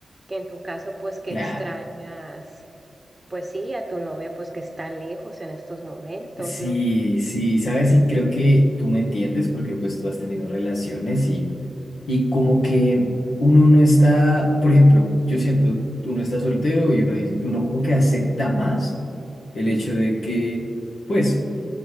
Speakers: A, on the right; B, on the left.
A: que en tu caso, pues, que
B: claro.
A: extrañas. Pues sí, a tu novia, pues que está lejos en estos momentos,
B: Sí,
A: ¿no?
B: sí, sabes, y creo que tú me entiendes porque pues tú has tenido relaciones y, y como que uno no está, por ejemplo, yo siento, uno está soltero y uno, dice- uno como que acepta más el hecho de que, pues,